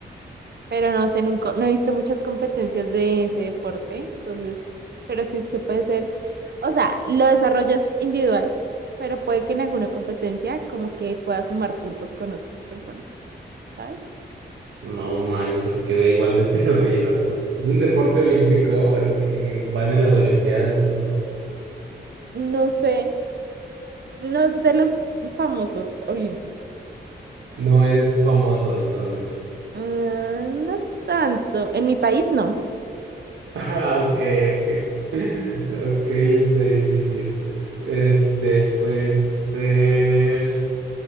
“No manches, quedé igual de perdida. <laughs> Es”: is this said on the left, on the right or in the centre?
Right